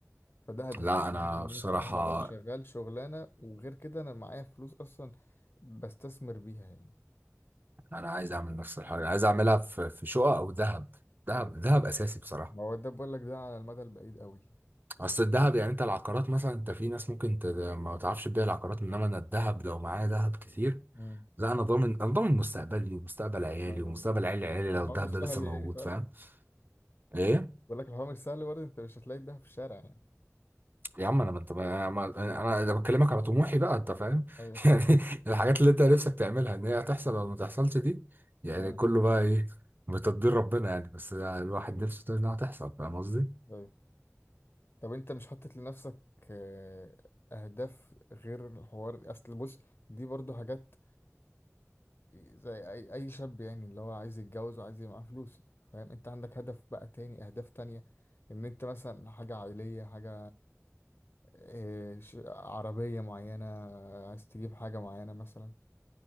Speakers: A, on the left; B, on the right.
A: فده هدفي
B: لا
A: هدفي
B: انا
A: ان
B: بصراحة
A: انا الصراحه ابقى شغال شغلانه وغير كده انا معايا فلوس اصلا بستثمر بيها يعني
B: انا عايز اعمل نفس الحاجة عايز اعملها في في شقق او ذهب ذهب
A: ايوه
B: ذهب اساسي بصراحة
A: ما هو ده بقول لك ده على المدى البعيد قوي
B: اصل الذهب يعني انت العقارات مثلا انت في ناس ممكن ت... ما تعرفش تبيع العقارات انما انا الذهب لو معايا ذهب كتير
A: امم
B: لا انا ضامن انا ضامن مستقبلي ومستقبل عيالي
A: أيوة.
B: ومستقبل عيال عيالي لو
A: الحوار
B: الذهب
A: مش سهل
B: ده لسه
A: يعني
B: موجود
A: خالص
B: فاهم ايه
A: بقول لك الحوار مش سهل برضه انت مش هتلاقي ده في الشارع يعني
B: يا عم انا ما انت ما ما- انا انا بكلمك على طموحي بقى انت فاهم
A: ايوه
B: <laughs>
A: فاهم
B: يعني الحاجات اللي انت نفسك تعملها ان هي هتحصل ولا ما تحصلش دي يعني
A: اه
B: كله بقى ايه بتدبير ربنا يعني بس الواحد نفسه انها هتحصل فاهم قصدي
A: ايوه طب انت مش حاطط لنفسك آه، اهداف غير الحوار اصل بص دي برضه حاجات زي اي اي شاب يعني اللي هو عايز يتجوز وعايز يبقى معاه فلوس فاهم انت عندك هدف بقى تاني اهداف تانية ان انت مثلا حاجة عائلية حاجة إيه ش- عربية معينة عايز تجيب حاجة معينة مثلا